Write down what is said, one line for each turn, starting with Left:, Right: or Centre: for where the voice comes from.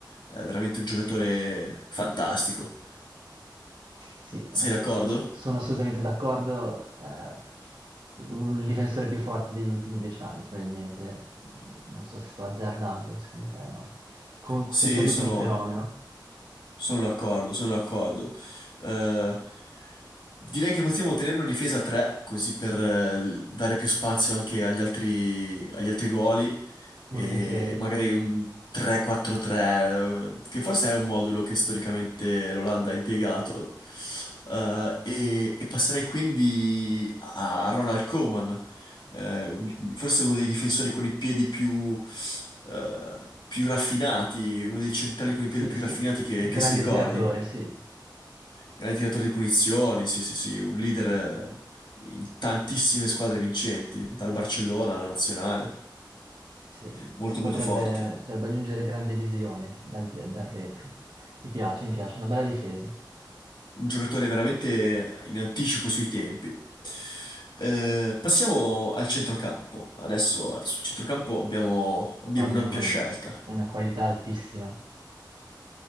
Left: eh, veramente un giocatore fantastico.
Right: Sì, eh,
Left: Sei d'accordo?
Right: sì, sono assolutamente d'accordo. eh, sì, un difensore più forte degli ultimi dieci anni, probabilmente. mm, Non so se sto azzardando, secondo te, ma comunque
Left: Sì,
Right: senza dubbio
Left: sono
Right: un fenomeno.
Left: Sono d'accordo, sono d'accordo. Eh, direi che possiamo tenere una difesa a 3, così per eh, dare più spazio anche agli altri, agli altri ruoli
Right: Volentieri.
Left: e magari un 3-4-3, eh, che forse è un modulo che storicamente l'Olanda ha impiegato, eh, e, e passerei quindi a Ronald Koeman, eh, un- forse uno dei difensori con i piedi più, eh, più raffinati, uno dei centrali con
Right: Sì,
Left: i piedi più
Right: sì,
Left: raffinati che,
Right: un
Left: che
Right: grande
Left: si ricordi.
Right: tiratore, sì,
Left: Grande tiratore di punizioni, sì, sì, sì, un leader eh, in tantissime squadre vincenti, dal Barcellona alla nazionale,
Right: sì.
Left: molto
Right: Potrebbe,
Left: molto forte.
Right: potrebbe aggiungere grande visione dal, dal retro. Mi piace, mi piace, una bella difesa.
Left: un giocatore veramente in anticipo sui tempi. Eh, passiamo al centrocampo. Adesso al- sul centrocampo abbiamo, abbiamo
Right: qua abbiamo
Left: un'ampia scelta.
Right: una qualità altissima.